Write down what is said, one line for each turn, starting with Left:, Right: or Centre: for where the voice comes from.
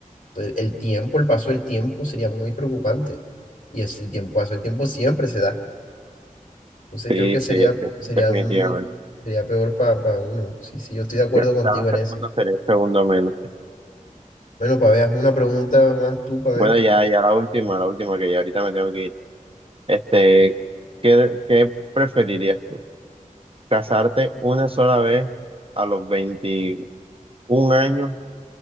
Left: Entonces, el tiempo, el paso del tiempo sería muy preocupante. Y es el tiempo, paso del tiempo siempre se da. Entonces
Right: Sí,
Left: creo que
Right: sí,
Left: sería,
Right: sí,
Left: sería,
Right: definitivamente.
Left: muy- sería peor para uno. Sí, sí, yo estoy de acuerdo
Right: Ya
Left: contigo
Right: cada
Left: en
Right: segundo
Left: eso.
Right: sería un segundo menos.
Left: Bueno, Pabé, hazme una pregunta más tú, Pabé.
Right: Bueno, ya, ya la última, la última que ya ahorita me tengo que ir. Este, ¿qué, qué preferirías? casarte una sola vez a los 21 años